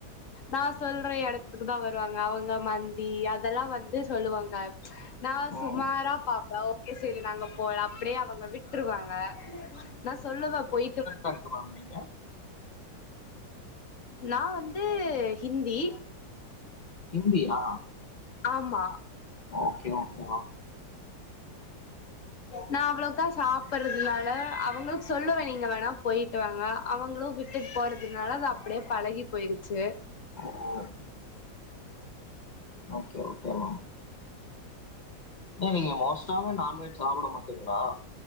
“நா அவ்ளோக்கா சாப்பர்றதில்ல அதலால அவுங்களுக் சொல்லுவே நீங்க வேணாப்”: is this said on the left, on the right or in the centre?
Left